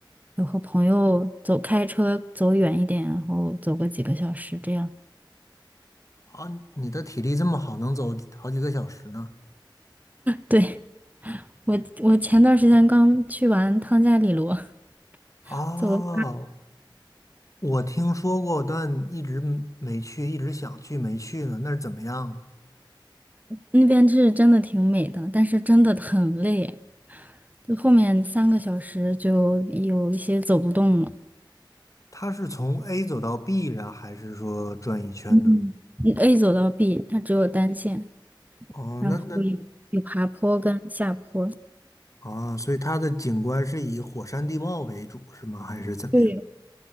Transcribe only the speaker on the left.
啊，你的体力这么好，能走好几个小时呢？
啊，
我听说过，但一直嗯没没去，一直想去没去呢。那是怎么样啊？
它是从 A 走到 B 然后还是说转一圈呢？
哦，
那那啊，所以它的景观是以火山地貌为主是吗？还是怎么样？